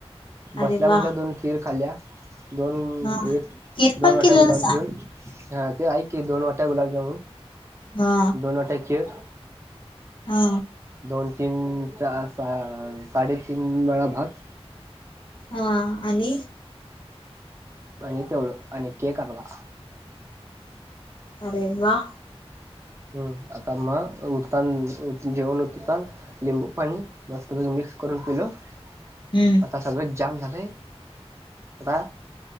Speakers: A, on the right (about 25°); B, on the left (about 50°).
A: बसल्या
B: अरे वा
A: बसल्या दोन खीर खाल्ल्या. दोन
B: हा
A: एक
B: खीर
A: दोन
B: पण
A: वाटा
B: केलेलं
A: गुलाबजामून.
B: सांग
A: हा ते ऐक की दोन वाटा गुलाबजामुन
B: हा
A: दोन वाट्या खीर
B: हा
A: दोन, तीन, चार, सा साडेतीन वेळा भात.
B: हां आणि.
A: अनीत एवळ अन के करमला
B: अरे वा
A: हम्म आता मग उठता जेवण उठतान लिंबू पाणी मस्त व मि करून केल आता
B: हम्म
A: सगळ जाम झालंय आता